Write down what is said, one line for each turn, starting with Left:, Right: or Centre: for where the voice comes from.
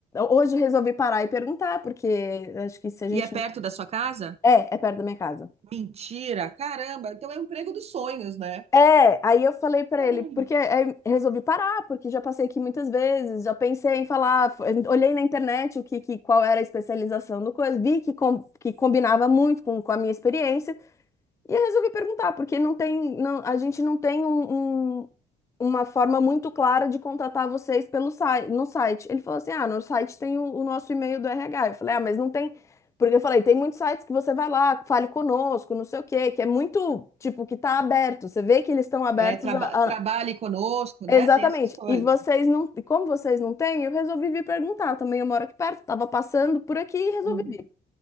Left: Hoje resolvi parar e perguntar, porque acho que se a gente
Right: e é perto
Left: não.
Right: da sua casa?
Left: É, é perto da minha casa.
Right: Mentira, caramba. Então é o emprego dos sonhos, né?
Left: É, aí eu falei pra
Right: Caramba.
Left: ele, porque aí resolvi parar, porque já passei aqui muitas vezes, já pensei em falar, f- olhei na internet o que, que- qual era a especialização do coisa, vi que, com- que combinava muito com, com a minha experiência. E eu resolvi perguntar, porque não tem, não, a gente não tem um, um- uma forma muito clara de contatar vocês pelo site, no site. Ele falou assim: ah, no site tem o, o nosso e-mail do RH. Eu falei, ah, mas não tem. Porque eu falei, tem muitos sites que você vai lá, fale conosco, não sei o quê, que é muito, tipo, que tá aberto. Você vê que eles estão abertos
Right: É, traba
Left: a, a-
Right: trabalhe conosco,
Left: Exatamente.
Right: né? Tem essas coisas.
Left: E vocês não. E como vocês não têm, eu resolvi vir perguntar. Também eu moro aqui perto, estava passando por aqui e resolvi
Right: Uhum,
Left: vir.